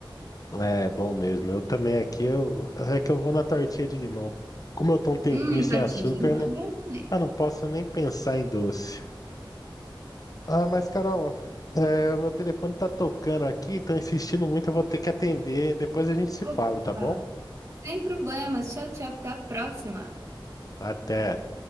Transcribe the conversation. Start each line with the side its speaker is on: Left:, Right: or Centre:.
Left: É bom mesmo. Eu também aqui, eu, é que eu vou na tortinha de limão. Como eu tô um tempinho
Right: Hum,
Left: sem
Right: tortinha
Left: açúcar,
Right: de limão
Left: eu não,
Right: é bom também.
Left: ah, não posso nem pensar em doce. Ah, mas Carol, é, o meu telefone tá tocando aqui, tô insistindo muito, eu vou ter que atender. Depois a gente se fala,
Right: Opa,
Left: tá bom?
Right: sem problemas. Tchau, tchau, até a próxima.
Left: Até.